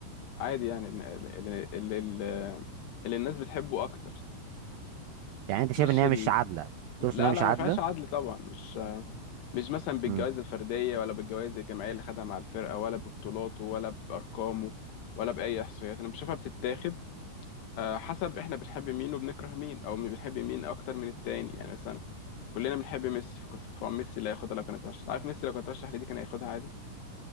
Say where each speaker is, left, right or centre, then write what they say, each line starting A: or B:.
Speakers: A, on the left (about 75°); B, on the right (about 85°).
A: عادي يعني إن ال- ال- ال- ال- اللي الناس بتحبه اكتر
B: يعني انت شايف
A: مش
B: ان هي
A: ال...
B: مش عادله تقصد
A: لا
B: ان هي مش
A: لا
B: عادله
A: ما فيهاش عدل طبعا مش آه، مش مثلا بالجوائز
B: امم
A: الفرديه ولا بالجوائز الجماعيه اللي خدها مع الفرقه ولا ببطولاته ولا بارقامه ولا باي احصائيات انا بشوفها بتتاخد آه، حسب احنا بنحب مين وبنكره مين او مين بنحب مين اكتر من التاني يعني مثلا كلنا بنحب ميسي طبعا ميسي لا ياخدها لو كان اترشح عارف ميسي لو كان اترشح لدي كان هياخدها عادي